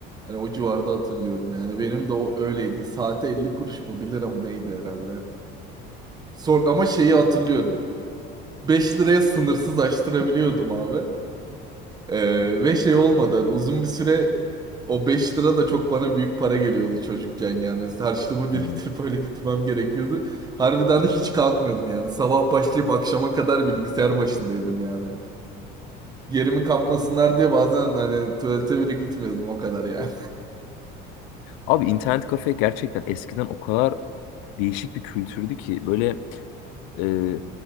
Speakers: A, on the right; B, on the left.
A: Yani o civarda hatırlıyorum yani. Benim de o öyleydi. Saate 50 kuruş mu bir lira mı neydi herhalde. Son, ama şeyi hatırlıyorum. 5 liraya sınırsız açtırabiliyordum abi. Ee, ve şey olmadan uzun bir süre o 5 lira da çok bana büyük para geliyordu çocukken yani. Harçlığımı biriktirip
B: Hmm.
A: öyle gitmem gerekiyordu. Harbiden de hiç kalkmıyordum yani. Sabah başlayıp akşama kadar bilgisayar başındaydım yani. Yerimi kapmasınlar diye bazen hani tuvalete bile gitmiyordum o kadar yani.
B: Abi internet kafe gerçekten eskiden o kadar değişik bir kültürdü ki böyle e,